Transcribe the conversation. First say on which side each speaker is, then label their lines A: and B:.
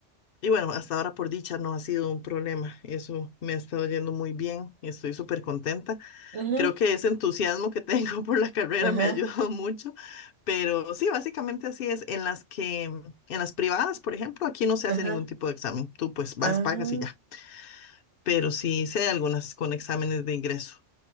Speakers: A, on the left; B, on the right.
A: y bueno, hasta ahora por dicha no ha sido un problema. Eso me ha estado yendo muy bien. Estoy súper contenta.
B: Ajá,
A: Creo que ese entusiasmo que tengo <laughs> por la carrera
B: ajá,
A: me ha ayudado mucho. Pero sí, básicamente así es. En las que, en las privadas, por ejemplo, aquí no se
B: ajá.
A: hace ningún tipo de examen. Tú pues vas,
B: Ah,
A: pagas y ya. Pero sí, sí hay algunas con exámenes de ingreso.